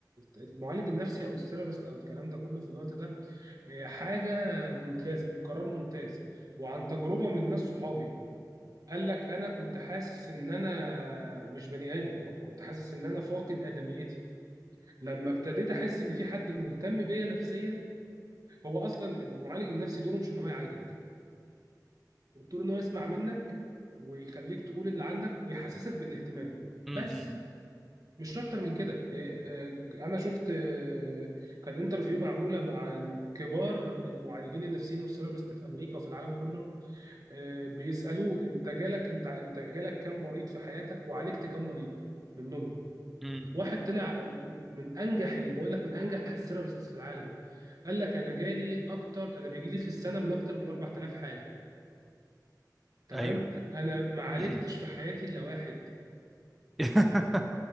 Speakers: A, on the right; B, in the centre.
A: المعالج النفسي او الثيرابيست او الكلام ده كله في الوقت ده آه، حاجه ممتازه قرار ممتاز وعن تجربه من ناس صحابي قال لك انا كنت حاسس ان انا مش بني ادم كنت حاسس ان انا فاقد ادميتي لما ابتديت احس ان في حد مهتم بيا نفسيا هو اصلا المعالج النفسي دوره مش ان هو يعالجك دوره ان هو يسمع منك ويخليك تقول اللي عندك ويحسسك بالاهتمام
B: امم
A: بس مش اكتر من كده إيه، آه، انا شفت آه، كان انترفيو معموله مع كبار المعالجين النفسيين والثيرابيست في امريكا وفي العالم كله آه، بيسالوه انت جالك انت انت جالك كم مريض في حياتك وعالجت كم مريض منهم
B: امم
A: واحد طلع من انجح اللي بقول لك من انجح السيرابست في العالم قال لك انا جالي اكتر انا بيجي لي في السنه من اكتر من 4000 حاله تمام
B: ايوه
A: انا ما عالجتش
B: <coughs>
A: في حياتي الا واحد
B: <clears throat>